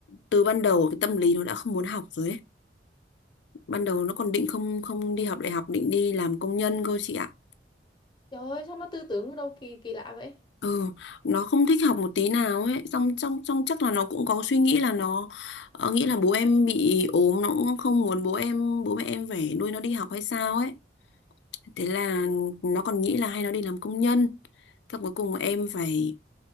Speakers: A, on the left (about 75°); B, on the left (about 25°).
A: từ ban đầu cái tâm lý nó đã không muốn học rồi ấy. Ban đầu nó còn định không không đi học đại học, định đi làm công nhân cơ chị ạ.
B: Trời ơi, sao nó tư tưởng đâu kỳ kỳ lạ vậy?
A: Ừ, nó không thích học một tí nào ấy, xong trong trong chắc là nó cũng có suy nghĩ là nó ờ, nghĩ là bố em bị ốm, nó cũng không muốn bố em bố mẹ em phải nuôi nó đi học hay sao ấy. Thế là nó còn nghĩ là hay nó đi làm công nhân. Thế cuối cùng em phải